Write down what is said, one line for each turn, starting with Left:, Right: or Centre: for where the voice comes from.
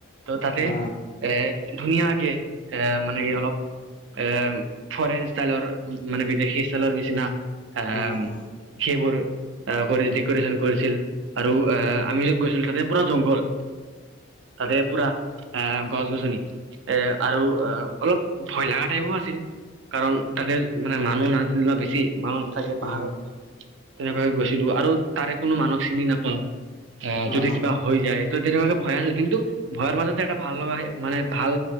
Right: ত' তাতে
Left: অ
Right: এ ধুনীয়াকে এ মানে কি অলপ এ ফৰেন ষ্টাইলৰ মানে বিদেশী ষ্টাইলৰ নিচিনা আহ
Left: অ
Right: সেইবোৰ আহ কৰিছিল ডেক'ৰে্যন কৰিছিল আৰু আহ আমি যত গৈছিলো তাতে পুৰা জংঘল ততে পুৰা আহ গছ গছনি এ আৰু অলপ ভয়লগা টাইপো আছিল কাৰণ তাতে মানে মানুহ নাছিল ন বেছি মানুহ নাথাকে পাহাৰত
Left: অ
Right: তেনেক গৈছিলো আৰু তাৰে কোনো মানুহক চিনি নাপাওঁ আহ যদি
Left: অ অ
Right: কিবা হৈ যায় ত তেনেকুৱাকে ভয় আছিল কিন্তু ভয়ৰ মাজতে এটা ভাল লগা মানে ভাল